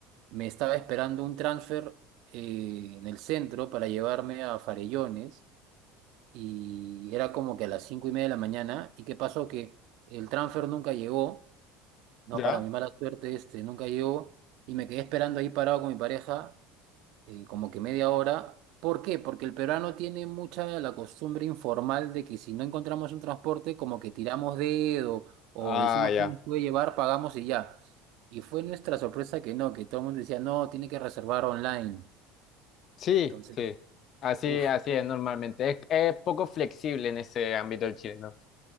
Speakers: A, on the right; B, on the left.
A: me estaba esperando un transfer eh, en el centro para llevarme a Farellones y era como que a las cinco y media de la mañana y qué pasó que el transfer nunca llegó, no
B: Ya.
A: para mi mala suerte este, nunca llegó y me quedé esperando ahí parado con mi pareja eh, como que media hora. ¿Por qué? Porque el peruano tiene mucha la costumbre informal de que si no encontramos un transporte, como que tiramos dedo o
B: Ah,
A: decimos
B: ya.
A: quién nos puede llevar, pagamos y ya. Y fue nuestra sorpresa que no, que todo el mundo decía, no, tiene que reservar online.
B: Sí,
A: Entonces,
B: sí. Así,
A: uff,
B: así es normalmente. Es, es poco flexible en ese ámbito el chileno.